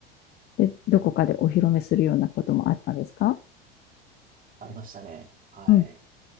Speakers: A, on the left; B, on the right.
A: で、どこかでお披露目するようなこともあったんですか
B: ありましたね。はい。
A: うん。